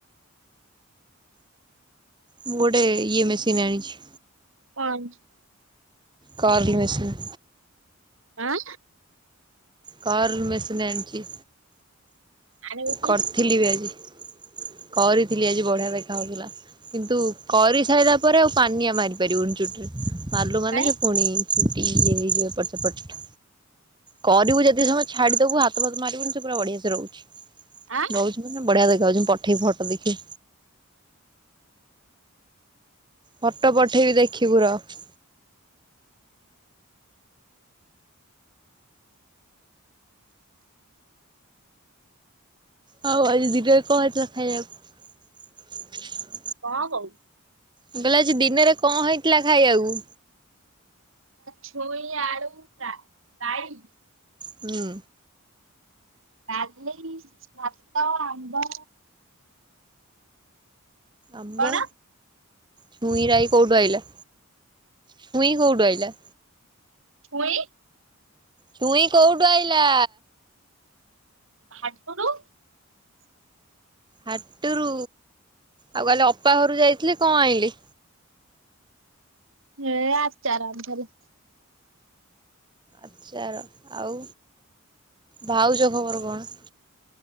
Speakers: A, on the right (about 20°); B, on the right (about 65°).
A: ମୁଁ ଗୋଟେ ଇଏ ମେସିନ୍ ଆଣିଛି।
B: ପାଞ୍ଚ
A: କରଲି ମେସିନ
B: ଆଁ,
A: କାର ମେସେନି ଆଣିଛି।
B: ଆଣିବୁ ଟି
A: କରିଥିଲି ବି ଆଜି କରିଥିଲି ଆଜି ବଢିଆ ଦେଖା ଯାଉଥିଲା କିନ୍ତୁ କରି ସାରିଲା ପରେ ଆଉ ପାନିଆ ମାରିପାରି ବୁନି ଚୁଟିରେ। ଭାଲୁ ମାନେ
B: କାଇଁ
A: ସେ ପୁଣି ଛୁଟି ଇ ହେଇଯିବ ଏପଟ ସେପଟ କରିବୁ ଯଦି ସମୟ ଛାଡିଦବୁ ହାତ ଫାତ ମାରିବୁନି ସେ ପୁରା ବଢିଆ ସେ ରହୁଛି।
B: ଆଁ
A: ନହୁଛି ମନେ ବଢିଆ ଦେ ଯାଉଛ ପଠେଇ ଫଟୋ ଦେଖି ଫଟୋ ପଠେଇବି ଦେଖିବୁ ରହ। ହଉ ଅଜି ଦିନରେ କଣ ହୋଇଥିଲା ଖାଇବାକୁ
B: କଣ କହୁଚୁ?
A: ମୁ କହିଲି ଆଜି ଦିନରେ କଣ ହେଇଥିଲା ଖାଇବାକୁ।
B: ଛୁଇଁ ଆଳୁ ରାଇ?
A: ହୁଁ।
B: ଡାଲି, ଭାତ, ଆମ୍ବ।
A: ଆମ୍ବ।
B: କଣ
A: ଛୁଇଁ ରାଇ କୋଉଠୁ ଆଇଲା? ଛୁଇଁ କୋଉଠୁ ଆଇଲା?
B: ଛୁଇଁ।
A: ଛୁଇଁ କୋଉଠୁ ଆଇଲା?
B: ହାଟୁରୁୁ?
A: ହାଟରୁ ଆଉ କଲି ଅପା ଘରୁ ଯାଇଥିଲେ କଣ ଆଣିଲେ?
B: ହେ ଆଚାର ଆଣିଥିଲେ।
A: ଆଚାର ଆଉ ଭାଉଜ ଖବର କଣ?